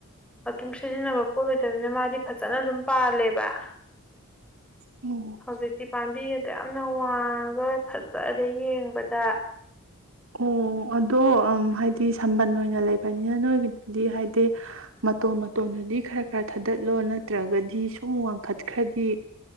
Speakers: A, in the centre; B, on the right.
A: ꯀꯤꯝ ꯁꯤꯖꯤꯅꯕ ꯄꯣꯠꯂꯣꯏꯇꯕꯅꯤꯅ ꯃꯥꯗꯤ ꯐꯖꯅ ꯑꯗꯨꯝ ꯄꯥꯜꯂꯦꯕ <unintelligible>
B: ꯑꯣ
A: ꯍꯖꯤꯗꯤ ꯄꯥꯝꯕꯤ ꯌꯥꯝꯅ ꯋꯥꯡꯉꯗꯔꯦ ꯐꯖꯔꯦ ꯌꯦꯡꯕꯗ
B: ꯑꯣ ꯑꯗꯣ ꯍꯥꯏꯗꯤ ꯁꯝꯕꯟ ꯑꯣꯏꯅ ꯂꯩꯕꯅꯤꯅ ꯅꯣꯏꯒꯤꯗꯨꯗꯤ ꯍꯥꯏꯗꯤ ꯃꯇꯣꯟ ꯃꯇꯣꯟꯗꯨꯗꯤ ꯈꯔ ꯈꯔ ꯊꯥꯗꯠꯂꯣ ꯅꯠꯇ꯭ꯔꯒꯗꯤ ꯁꯨꯝ ꯋꯥꯡꯈꯠꯈ꯭ꯔꯗꯤ